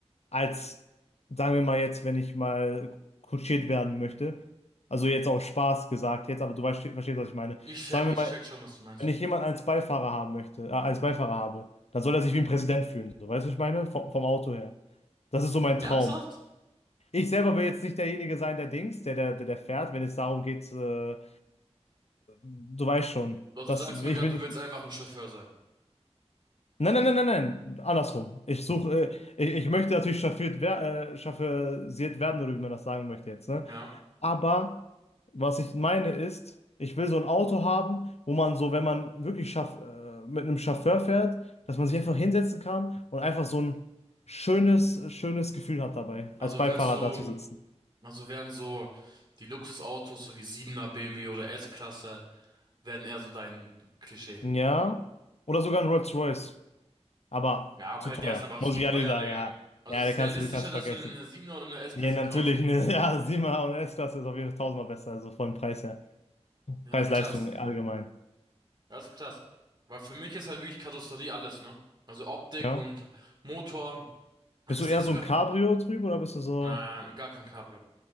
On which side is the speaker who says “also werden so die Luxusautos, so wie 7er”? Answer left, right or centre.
Right